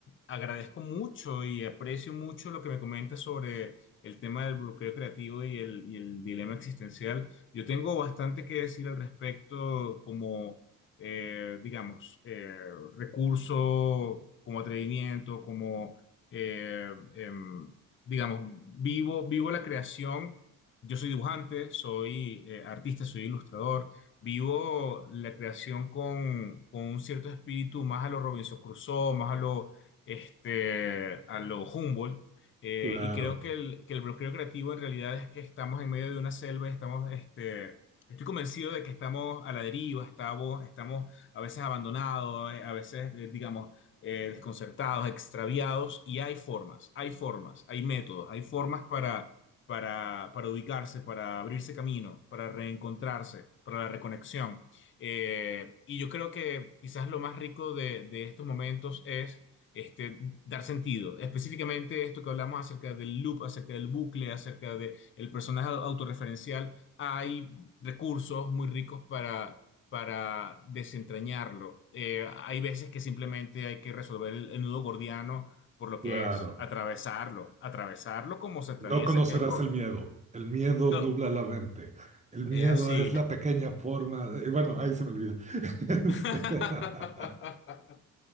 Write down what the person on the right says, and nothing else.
claro,
claro.
No conocerás
el miedo. El miedo
nubla la mente. El miedo
es la pequeña forma. de- Bueno, ahí se me olvida. <laughs>
Este, <laughs>